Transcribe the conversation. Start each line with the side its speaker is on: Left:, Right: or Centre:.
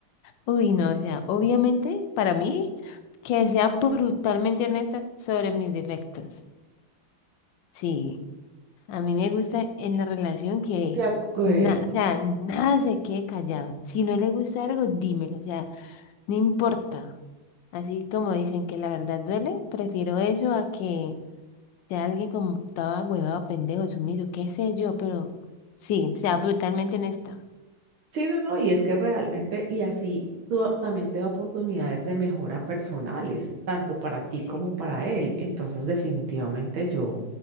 Left: Uy, no, o sea, obviamente para mí que sea brutalmente honesta sobre mis defectos. Sí, a mí me gusta en la relación que
Right: De acuerdo.
Left: na- o sea, nada se quede callado. Si no le gusta algo, dímelo, o sea, no importa. Así como dicen que la verdad duele, prefiero eso a que sea alguien como estaba huevado, pendejo, sumiso, qué sé yo, pero sí, o sea, brutalmente honesta.
Right: Sí, no, no, y es que realmente, y así tú a- también te da oportunidades de mejora personales, tanto para ti
Left: Sí,
Right: como para
Left: sí.
Right: él. Entonces, definitivamente yo